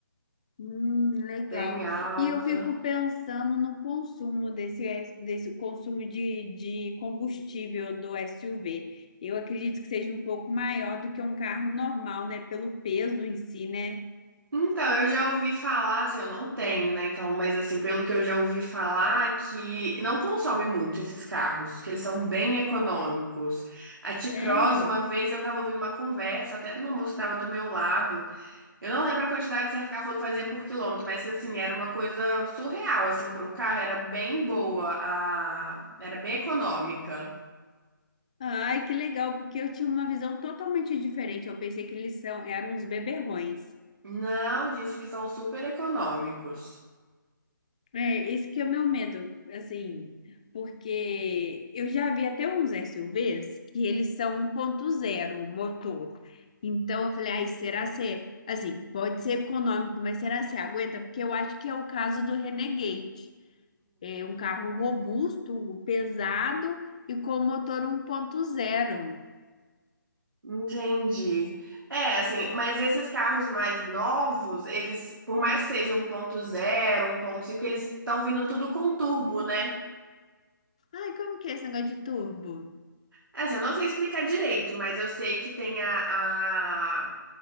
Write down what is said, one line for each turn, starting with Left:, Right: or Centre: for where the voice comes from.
Left: Hum, legal.
Right: bem alta.
Left: E eu fico pensando no consumo desse, S- desse consumo de, de combustível do SUV. Eu acredito que seja um pouco maior do que um carro normal, né? Pelo peso em si, né?
Right: Então, eu já ouvi falar, assim, eu não tenho, né? Então, mas assim, pelo que eu já ouvi falar, que não consome muito esses carros, que eles são bem econômicos. A T-Cross,
Left: Sério?
Right: uma vez eu tava ouvindo uma conversa, até de uma moça que tava do meu lado. Eu não lembro a quantidade certa que ela falou que fazia por quilômetro, mas assim, era uma coisa surreal, assim, para um carro, era bem boa, a... era bem econômica.
Left: Ai, que legal, porque eu tinha uma visão totalmente diferente. Eu pensei que eles são, eram uns beberrões.
Right: Não, disse que são super econômicos.
Left: É, isso que é o meu medo, assim, porque eu já vi até uns SUVs que eles são 1.0 motor. Então eu falei, ai, será se, é- assim, pode ser econômico, mas será se aguenta? Porque eu acho que é o caso do Renegade. É um carro robusto, pesado e com motor 1.0.
Right: Entendi. É, assim, mas esses carros mais novos, eles, por mais que sejam 1.0, 1.5, eles estão vindo tudo com turbo, né?
Left: Ai, como que é esse negócio de turbo?
Right: Assim, eu não sei explicar direito, mas eu sei que tem a, a,